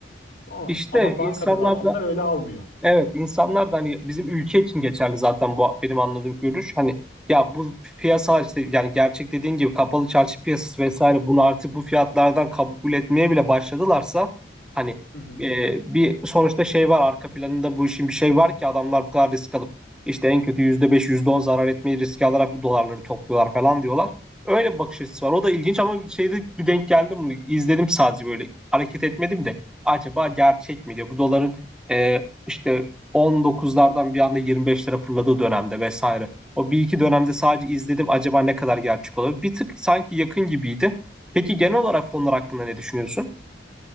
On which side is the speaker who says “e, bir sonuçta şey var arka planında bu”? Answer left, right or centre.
Centre